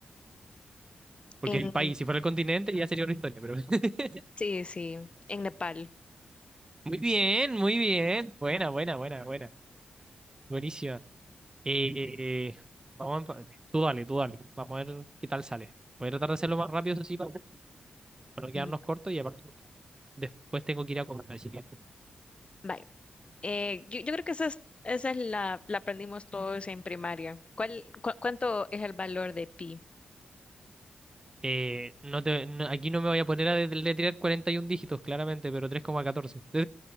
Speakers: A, on the right (about 25°); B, on the left (about 35°).
A: Porque
B: En,
A: el país, si fuera el continente, ya sería una historia, pero... <laughs>
B: sí, sí, en Nepal.
A: Muy bien, muy bien. Buena, buena, buena, buena. Buenísima. Eh, eh, eh, vamos a empate. Tú dale, tú dale. Vamos a ver qué tal sale. Voy a tratar de hacerlo más rápido, eso sí, para para no quedarnos
B: Mm,
A: cortos y aparte porque después tengo que ir a comer, así que...
B: Vaya. Eh, yo, yo creo que esa es, esa es la, la aprendimos todos en primaria. ¿Cuál, cu- cuánto es el valor de pi?
A: Eh, no te, no- aquí no me voy a poner a deletrear 41 dígitos, claramente, pero 3,14.